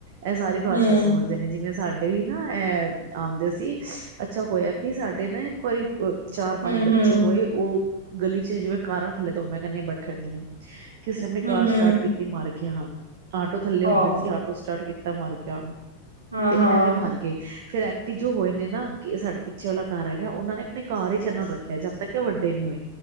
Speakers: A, on the right (about 50°); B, on the right (about 75°).
A: ਇਹ ਸਾਰੀ ਭਾਸ਼ਾ
B: ਹਮ
A: ਸਮਝਦੇ ਨੇ ਜਿਵੇਂ ਸਾਡੇ ਸਾ ਵੀ ਨਾ, ਇਹ ਆਉਂਦੇ ਸੀ। ਅੱਛਾ ਹੋਇਆ ਕਿ ਸਾਡੇ ਨਾ ਇੱਕ ਵਾਰੀ ਚਾਰ
B: ਹਮ
A: -ਪੰਜ ਬੱਚੇ
B: ਹਮ
A: ਹੋਏ। ਉਹ ਗਲੀ ਚ' ਜਿਵੇਂ ਕਾਰਾਂ ਥੱਲੇ ਤੋ ਮੈਂ ਕਹਿੰਦੇ ਬੈਠੇ ਹਦੇ ਨੇ। ਕਿਸੇ ਨੇ ਆਪਣੀ ਕਾਰ
B: ਹਮ
A: ਸਟਾਰਟ
B: ਹਮ
A: ਕੀਤੀ ਮਰ ਗਿਆ। ਹਾਂ, ਆਟੋ ਥੱਲੇ
B: ਹਾਂ
A: ਹੁੰਦੇ ਸੀ। ਸਟਾਰਟ ਕੀਤਾ ਮਰ ਗਿਆ।
B: ਹਾਂ
A: ਤੇ
B: ਹਾਂ
A: ਐਵੇਂ ਮਰ ਗਏ ਫਿਰ ਤੇ ਜੋ ਹੋਏ ਨੇ ਨਾ ਸਾਡੇ ਪਿੱਛੇ ਵਾਲਾ ਘਰ ਹੈਗਾ। ਉਹਨਾਂ ਨੇ ਆਪਣੀ ਘਰ ਹੀ ਰੱਖਿਆ। ਜਦ ਤੱਕ ਕਿ ਵੱਡੇ ਨ ਹੋਏ।